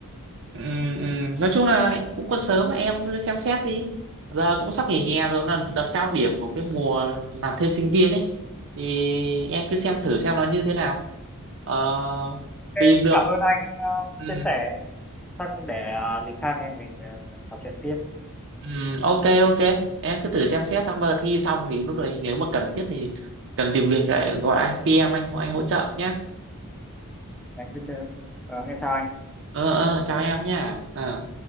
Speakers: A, on the right; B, in the centre.
A: Ừ, ừ. Nói chung là cũng còn sớm em cứ xem xét đi giờ cũng sắp nghỉ hè rồi là đợt cao điểm của cái mùa làm thêm sinh viên ấy thì em cứ xem thử xem nó như thế nào ờ,
B: Ok,
A: tìm
B: cũng
A: được
B: cảm ơn anh ờ,
A: ừ,
B: chia sẻ Chắc để ờ, thì khác anh em mình ờ, trò chuyện tiếp
A: ừ, ok ok em cứ thử xem xét xong bây giờ thi xong thì lúc đấy nếu mà cần thiết thì cần tìm việc lại gọi anh PM anh anh hỗ trợ nhé
B: anh Winder vâng em chào anh
A: ờ ờ chào em nhé Ờ.